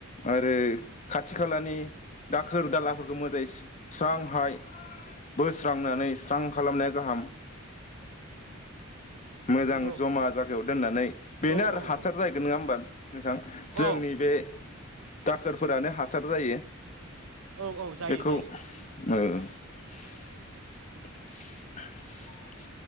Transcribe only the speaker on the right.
नंगौ
औ
औ
औ
औ
औ औ जायो
जायो